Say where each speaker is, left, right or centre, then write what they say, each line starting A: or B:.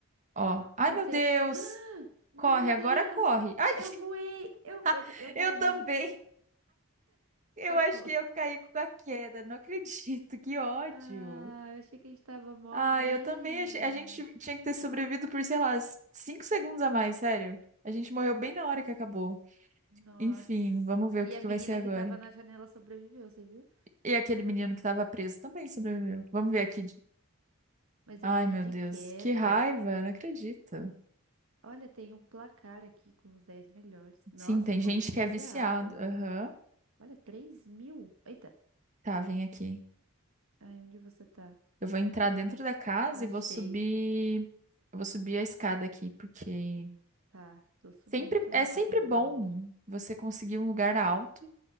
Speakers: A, on the right; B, on the right.
A: Ó. Ai,
B: Ah,
A: meu
B: tem.
A: Deus!
B: <gasps> Meu
A: Corre,
B: Deus!
A: agora corre. Ai,
B: Eu voei! Eu, eu,
A: <laughs>
B: eu morri.
A: eu também. Eu
B: <laughs> Eu
A: acho
B: morri.
A: que eu caí com a queda, não acredito, que ódio.
B: Ah, eu achei que a gente tava mó
A: Ah,
B: bem.
A: eu também achei. A gente tinha que ter sobrevivido por, sei lá, s- cinco segundos a mais, sério. A gente morreu bem na hora que acabou.
B: Nossa.
A: Enfim, vamos ver
B: E
A: o que
B: a
A: que
B: menina
A: vai ser agora.
B: que tava na janela sobreviveu, você viu?
A: E aquele menino que tava preso também sobreviveu. Vamos ver aqui. de-
B: Mas
A: Ai,
B: eu morri
A: meu
B: de
A: Deus,
B: queda.
A: que raiva, não acredito.
B: Olha, tem um placar aqui com os 10 melhores. Nossa,
A: Sim, tem
B: o povo
A: gente
B: é viciado.
A: que é viciado. Aham.
B: Olha, três mil. Eita.
A: Tá, vem aqui.
B: Ai, onde você tá?
A: Eu vou entrar dentro da casa
B: Achei.
A: e vou subir. Eu vou subir a escada aqui, porque
B: Tá, tô subindo
A: Sempre,
B: também
A: é sempre
B: com todo
A: bom
B: mundo.
A: você conseguir um lugar alto,